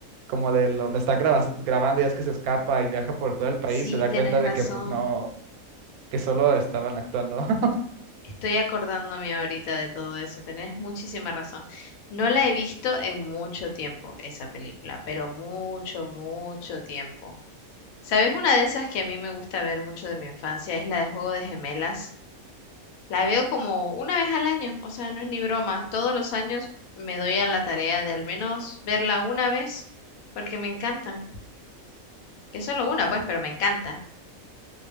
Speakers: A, on the right (about 85°); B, on the left (about 75°).
A: como del donde está grabas- grabando y es que se escapa y viaja por todo el país,
B: Sí,
A: se da
B: tenés
A: cuenta de
B: razón.
A: que pues no, que solo estaban actuando. <laughs>
B: Estoy acordándome ahorita de todo eso. Tenés muchísima razón. No la he visto en mucho tiempo, esa película, pero mucho, mucho tiempo. ¿Sabes? Una de esas que a mí me gusta ver mucho de mi infancia es la de Juego de Gemelas. La veo como una vez al año, o sea, no es ni broma. Todos los años me doy a la tarea de al menos verla una vez, porque me encantan. Que es solo una, pues, pero me encanta.